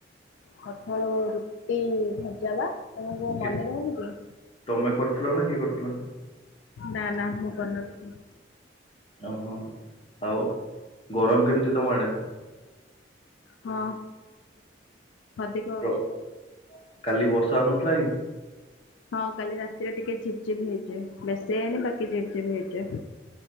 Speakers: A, on the left (about 80°); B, on the left (about 30°).
A: ଖଠଳୁ ରୁଟି ଭଜା ବା ତମର କଣ
B: କି
A: ମନେ ରହୁନି କି?
B: ତମେ କରିଥିଲ ନା କିଏ କରିଥିଲା?
A: ନା ନା ମୁଁ କରିନଥିଲି।
B: ଓହୋ ଆଉ ଗରମ କେମିତି ତମ ଆଡେ?
A: ହଁ ଅଧିକ
B: ପ୍ର-
A: ହୋଉଚି।
B: କାଲି ବର୍ଷା ହଉନଥିଲା କି?
A: ହଁ କାଲି ରାତିରେ ଟିକେ ଝିପ୍ ଝିପ୍ ହେଇଛି ବେଶୀ ହେଇନି ବାକି ଝିପ୍ ଝିପ୍ ହେଇଛି।